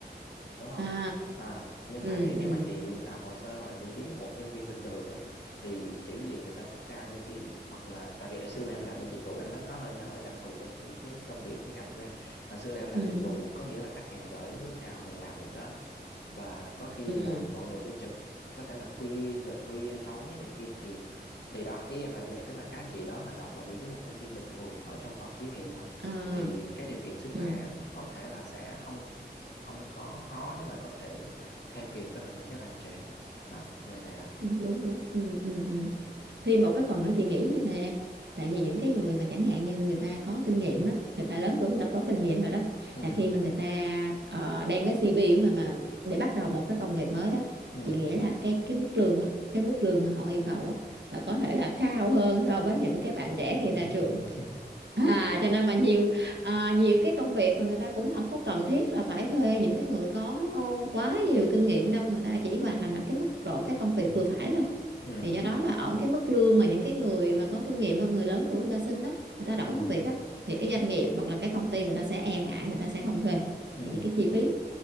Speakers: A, on the left (about 75°); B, on the right (about 85°).
A: đúng không
B: à
A: à nhưng
B: ừ
A: mà nếu như
B: ừ
A: mà chị nộp hồ sơ vào vị trí một nhân viên bình thường á thì kiểu gì người ta sắp ca cho chị hoặc là tại vì hồi xưa là em làm bên dịch vụ em thấy nó hơi nó hơi đặc thù cho cái cái công việc cái ngành của em hồi xưa là em làm
B: ừ
A: dịch vụ có nghĩa là khách hàng gửi lúc nào mình làm lúc đó và có khi
B: ừ
A: là mọi người phải trực có thể là khuya giờ khuya tối này kia thì thì đó ý em là như vậy tức là các anh chị đó mà nộp vào vị trí một nhân viên bình thường ở trong phòng thí nghiệm thôi
B: à
A: thì cái điều kiện sức
B: ừ
A: khỏe có thể là sẽ không không có khó để mà có thể theo kịp với là những cái bạn trẻ đó thì là vậy đó
B: đúng đúng đúng ừ ừ ừ thì một cái phần nữa chị nghĩ vậy nè em, tại vì những cái người mà chẳng hạn như người ta có kinh nghiệm á người ta lớn tuổi người ta có kinh nghiệm rồi đó
A: ừ
B: là khi mà người ta ờ, đem cái CV của mình mà để bắt đầu một cái công việc mới đó
A: ừ
B: chị nghĩ là cái cái mức lương á cái mức lương mà họ yêu cầu á là có thể là cao hơn so với những cái bạn trẻ khi
A: <laughs>
B: ra trường <laughs> à cho nên mà nhiều ờ, nhiều cái công việc mà người ta cũng không có cần thiết là phải thuê những cái người có quá nhiều kinh nghiệm đâu người ta chỉ hoàn thành ở cái mức độ cái công
A: ừ
B: việc vừa phải thôi
A: ừ
B: thì do đó là ở cái mức lương mà những cái người mà có kinh nghiệm và người lớn tuổi người ta xin đó người ta đổi
A: ừ
B: công việc á thì cái doanh nghiệp hoặc là cái công ty người ta sẽ e ngại người ta sẽ không thuê
A: ừ
B: tại vì cái chi phí